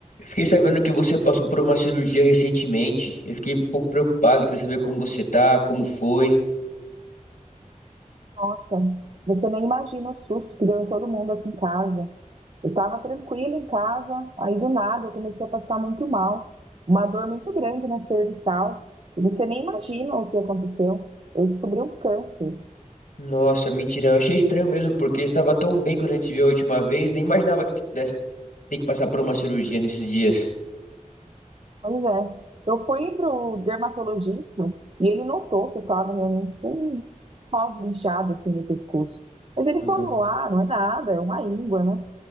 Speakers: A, on the left (about 85°); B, on the right (about 45°).
A: Fiquei sabendo que você passou por uma cirurgia recentemente. Eu fiquei um pouco preocupado, queria saber como você tá, como foi.
B: Nossa, você nem imagina o susto que deu em todo mundo aqui em casa. Eu estava tranquila em casa, aí do nada eu comecei a passar muito mal. Uma dor muito grande na cervical. E você nem imagina o que aconteceu. Eu descobri um câncer.
A: Nossa, mentira, eu achei estranho mesmo, porque estava tão bem quando a gente se viu a última vez, nem imaginava que pudesse ter que passar por uma cirurgia nesses dias.
B: Pois é. Eu fui pro dermatologista e ele notou que eu estava realmente com um nódulo inchado assim no pescoço. Mas ele
A: Aham.
B: falou: ah, não é nada, é uma íngua, né?